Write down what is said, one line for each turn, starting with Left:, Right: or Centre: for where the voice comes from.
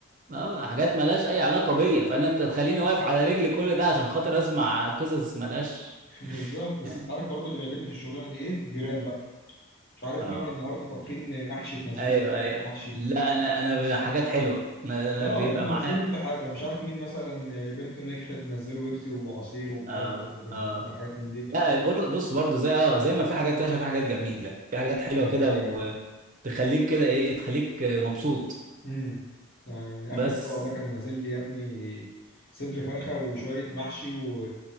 Right: اه حاجات ملهاش اي علاقه بيا فانا انت تخليني واقف على رجلي كل ده عشان خاطر اسمع قصص ملهاش
Left: <laughs> بالظبط بس
Right: يعني
Left: انت عارف برضو اللي بيعجبني في الشغلانه دي ايه الجيران بقى مش عارف
Right: اه
Left: مين النهارده طابخين محشي تنزل
Right: ايوه
Left: لك شويه
Right: ايوه
Left: محشي
Right: لا انا انا حاجات حلوه انا أنا
Left: اه
Right: بيبقى
Left: لا بينزلوا
Right: معايا
Left: كل حاجه ومش عارف مين مثلا بنته نجحت نزلوا بيبسي وعصير وبتاع
Right: اه
Left: وبسبوسه
Right: اه
Left: وحاجات من دي
Right: لا بر- بص برضو زي اه زي ما في حاجات وحشه في حاجات جميله في حاجات حلوه
Left: اه
Right: كده
Left: دي حقيقه
Right: وتخليك كده ايه تخليك مبسوط
Left: امم يعني اخر
Right: بس
Left: مره والله كان نازل لي يا ابني صدر فرخه وشويه محشي و...